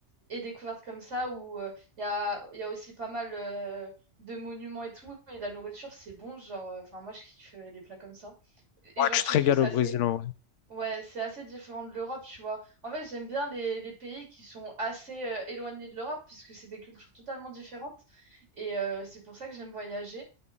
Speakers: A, on the right; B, on the left.
A: et découvertes comme ça, où euh, il y a, il y a aussi pas mal euh, de monuments et tout. Et la nourriture, c'est bon. Genre, euh, enfin, moi, je kiffe euh, les plats comme ça. Et
B: Ouais,
A: genre,
B: tu
A: surtout,
B: te régales
A: c'est
B: au
A: assez,
B: Brésil en vrai.
A: ouais, c'est assez différent de l'Europe, tu vois. En fait, j'aime bien les, les pays qui sont assez euh, éloignés de l'Europe, parce que c'est des cultures totalement différentes. Et euh, c'est pour ça que j'aime voyager.